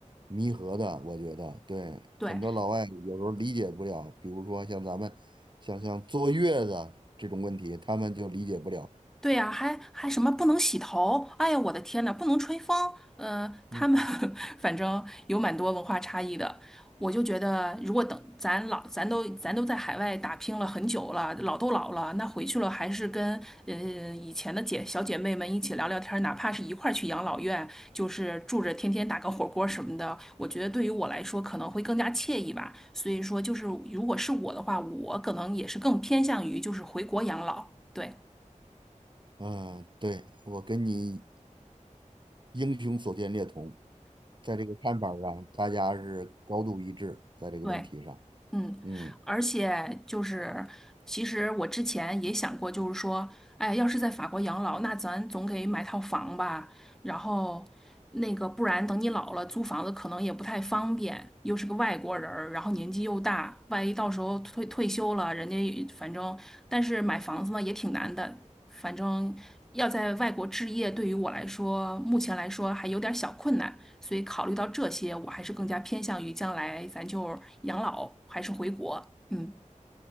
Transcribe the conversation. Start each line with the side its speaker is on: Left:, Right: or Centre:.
Right: 弥合的。我觉得，对，
Centre: 对，
Right: 很多老外有时候理解不了，比如说像咱们，像像坐月子这种问题，他们就理解不了。
Centre: 对呀，还还什么不能洗头？哎呀，我的天呐，不能吹风。嗯，他们
Right: 嗯
Centre: <laughs> 反正有蛮多文化差异的。我就觉得，如果等咱老咱都咱都在海外打拼了很久了，老都老了，那回去了还是跟嗯以前的姐小姐妹们一起聊聊天儿，哪怕是一块儿去养老院，就是住着天天打个火锅什么的，我觉得对于我来说可能会更加惬意吧。所以说，就是如果是我的话，我可能也是更偏向于就是回国养老。对
Right: 嗯，对，我跟你英雄所见略同，在这个看法上，大家是高度一致，在这个问题上。
Centre: 对。嗯，
Right: 嗯，
Centre: 而且就是，其实我之前也想过，就是说，哎，要是在法国养老，那咱总得买套房吧。然后，那个不然等你老了租房子可能也不太方便，又是个外国人儿，然后年纪又大，万一到时候退退休了，人家也反正，但是买房子呢也挺难的，反正要在外国置业，对于我来说，目前来说还有点小困难，所以考虑到这些，我还是更加偏向于将来咱就养老还是回国，嗯